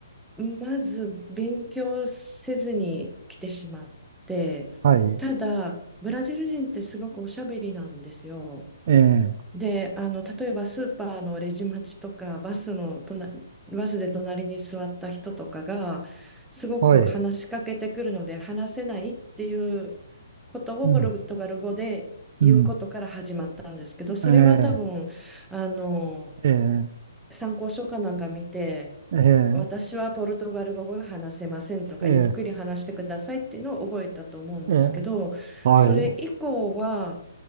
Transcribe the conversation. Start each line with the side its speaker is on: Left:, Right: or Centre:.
Centre: まず勉強せずに来てしまって、
Right: はい、
Centre: ただ、ブラジル人ってすごくおしゃべりなんですよ。
Right: ええ、
Centre: で、あの、例えばスーパーのレジ待ちとか、バスの隣、バスで隣に座った人とかが、すごく話しかけてくるので、
Right: はい、
Centre: 話せないっていうことをポルトガル語で言うことから始まったんですけど、
Right: うん、うん、
Centre: それは多分、
Right: ええ、
Centre: あの、
Right: ええ、
Centre: 参考書かなんか見て、
Right: ええ、
Centre: 私はポルトガル語が話せませんとか、
Right: ええ、
Centre: ゆっくり話してくださいっていうのを覚えたと思うんですけど、
Right: ええはい、
Centre: それ以降は、